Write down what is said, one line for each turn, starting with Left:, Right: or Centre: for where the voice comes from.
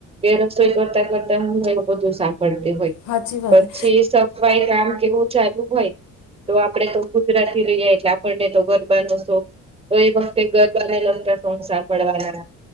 Right: એ રસોઈ કરતા કરતાં હું બધું સાંકળતી હોય.
Left: સાચી વાત
Right: પછી
Left: હે
Right: સફાઈ કામ કેવું ચાલુ હોય તો આપડે તો ગુજરાતી થી જોઈ જાય એટલે આપણને તો ગરબાનો શોખ તો એ વખતે ગરબા ન લગતા સાંભળવાના